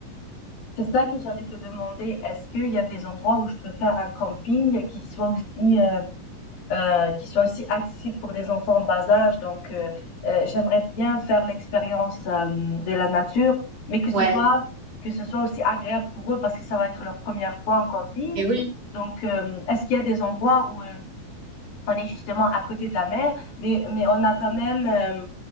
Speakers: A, on the left; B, on the right.
A: C'est ça que j'allais te demander. Est-ce qu'il y a des endroits où je peux faire un camping qui soit aussi euh, euh, qui soit aussi accessible pour des enfants en bas âge. Donc, euh, euh, j'aimerais bien faire l'expérience euh, de la nature, mais que
B: Ouais.
A: ce soit que ce soit aussi agréable pour eux parce que ça va être leur première fois en camping.
B: Et oui,
A: Donc, euh, est-ce qu'il y a des endroits où euh, on est justement à côté de la mer, mais mais on a quand même euh,